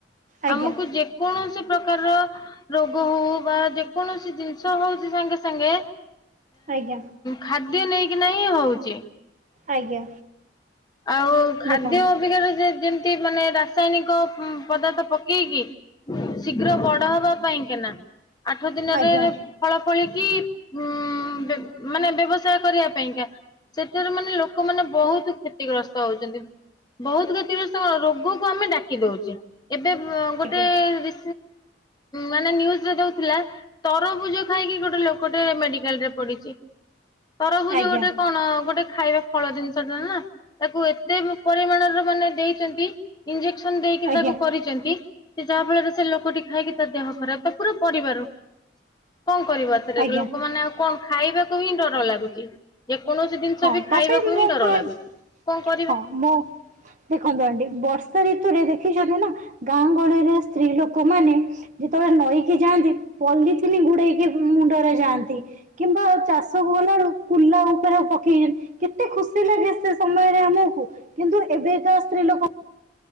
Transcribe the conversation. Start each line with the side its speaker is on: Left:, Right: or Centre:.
Right: ଆଜ୍ଞା
Left: ଆମକୁ ଯେକୌଣସି ପ୍ରକାର ର ରୋଗ ହଉ ବା ଯେକୌଣସି ଜିନିଷ ହଉଛି ସାଙ୍ଗେ ସାଙ୍ଗେ
Right: ଆଜ୍ଞା।
Left: ଖାଦ୍ୟ ନେଇକିନା ହିଁ ହଉଛି।
Right: ଆଜ୍ଞା
Left: ଆଉ ଖାଦ୍ୟ
Right: ଦେଖନ୍ତୁ
Left: ଅବିକା ର ଯେମିତି ମାନେ ରାସାୟନିକ ପଦାର୍ଥ ପକେଇକି ଶୀଘ୍ର ବଡ ହବା ପାଇଁ କିନା ଆଠ ଦିନରେ
Right: ଆଜ୍ଞା
Left: ଫଳ ଫଳିକି ଉଁ ମାନେ ବ୍ୟବସାୟ କରିବା ପାଇଁ କା ସେଠାରୁ ମାନେ ଲୋକମାନେ ମାନେ ବହୁତ କ୍ଷତିଗ୍ରସ୍ତ ହଉଛନ୍ତି। ବହୁତ କ୍ଷତିଗ୍ରସ୍ତ କଣ ରୋଗକୁ ଆମେ ଡାକି ଦଉଚେ। ଏବେ ଗୋଟେ
Right: ଆଜ୍ଞା
Left: ରି ମାନେ ନିଉଜରେ ଦଉଥିଲା ତରଭୁଜ ଖାଇକି ଗୋଟେ ଲୋକଟେ ମେଡିକାଲ ରେ ପଡିଛି। ତରଭୁଜ
Right: ଆଜ୍ଞା
Left: ଗୋଟେ କଣ ଗୋଟେ ଖାଇବା ଫଳ ଜିନିଷଟା ନା ତାକୁ ଏତେ ପରିମାଣର ମାନେ ଦେଇଛନ୍ତି। ଇଞ୍ଜେକ୍ସନ ଦେଇକି
Right: ଆଜ୍ଞା
Left: ତାକୁ ଯାହା ଫଳରେ ସେ ଲୋକଟି ଖାଇକି ତା ଦେହ ଖରାପ ତା ପୁରା ପରିବାର। କଣ କରିବ ଏଥିରେ
Right: ଆଜ୍ଞା
Left: ଲୋକମାନେ ଆଉ କଣ ଖାଇବାକୁ ହିଁ ଡର ଲାଗୁଛି। ଯେ କୌଣସି ଜିନିଷ
Right: ହଁ
Left: ବି
Right: ତାପରେ
Left: ଖାଇବାକୁ ହିଁ
Right: ମୁଁ
Left: ଡର ଲାଗୁଛି କଣ କରିବା?
Right: ହଁ ମୋ ଦେଖନ୍ତୁ ଆଣ୍ଟି ବର୍ଷା ଋତୁରେ ଦେଖିଛନ୍ତି ନା ଗାଁ ଗହଳିରେ ସ୍ତ୍ରୀ ଲୋକମାନେ ଯେତେବେଳେ ନଈକି ଯାଆନ୍ତି ପଲିିଥିନ ଗୁଡେଇକି ମୁଣ୍ଡରେ ଯାଆନ୍ତି। କିମ୍ବା ଚାଷକୁ ଗଲାବେଳକୁ କୁଲା ଉପରେ ପକେଇ କେତେ ଖୁସି ଲାଗେ ସେ ସମୟରେ ଆମକୁ କିନ୍ତୁ ଏବେକା ସ୍ତ୍ରୀ ଲୋକ